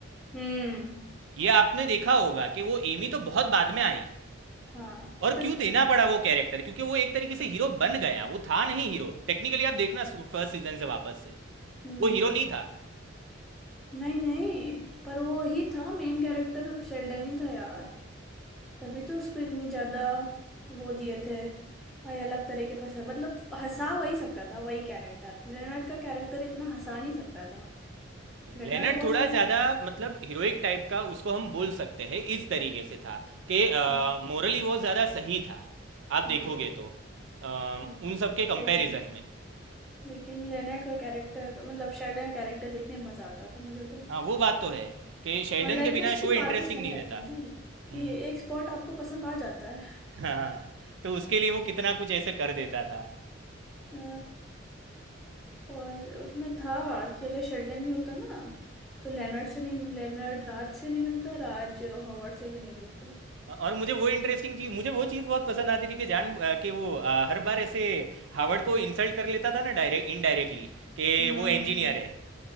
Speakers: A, in the centre; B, on the right.
A: हम्म
B: ये आपने देखा होगा कि वो एमी तो बहुत बाद में आई
A: हाँ
B: और
A: फिफ्थ
B: क्यों देना पड़ा वो कैरेक्टर क्योंकि वो एक तरीके से हीरो बन गया वो था नहीं हीरो टेक्निकली आप देखना फर्स्ट सीजन से वापस से
A: हम्म
B: वो हीरो नहीं था
A: नहीं नहीं पर वो ही था मेन कैरेक्टर शेल्डन ही था यार तभी तो उसको इतनी ज्यादा वो दिए थे भाई अलग तरह के पसंद मतलब हंसा वही सकता था वही कैरेक्टर लेनर्ड का कैरेक्टर इतना हंसा नहीं सकता था Leonard
B: लेनर्ड थोड़ा
A: was like
B: ज्यादा मतलब हीरोइक टाइप का उसको हम बोल सकते हैं इस तरीके से था कि
A: Hmm
B: मोरली वो ज्यादा सही था आप
A: Hmm
B: देखोगे तो अ,
A: Hmm,
B: उन सब के कंपैरिजन
A: लेकिन
B: में
A: लेकिन लेनर्ड का कैरेक्टर मतलब शेल्डन का कैरेक्टर देखने में मजा आता था मुझे तो
B: हाँ वो बात तो है कि शेल्डन
A: और लाइक
B: के बिना
A: उसकी
B: शो इंटरेस्टिंग
A: बातें सही
B: नहीं
A: लगती
B: रहता
A: थी
B: हम्म
A: कि एक स्पॉट आपको पसंद आ जाता है
B: हाँ तो उसके लिए वो कितना कुछ ऐसे कर देता था
A: तो, और उसमें था कि अगर शेल्डन नहीं होता ना तो लेनर्ड से नहीं लेनर्ड राज से नहीं मिलता राज हॉवर्ड से भी नहीं मिलता
B: और मुझे वो इंटरेस्टिंग चीज मुझे वो चीज़ बहुत पसंद आती थी कि जान अ, कि वो अ, हर बार ऐसे हावर्ड को इंसल्ट कर लेता था ना डायरेक्ट इनडायरेक्टली कि
A: हम्म
B: वो इंजीनियर है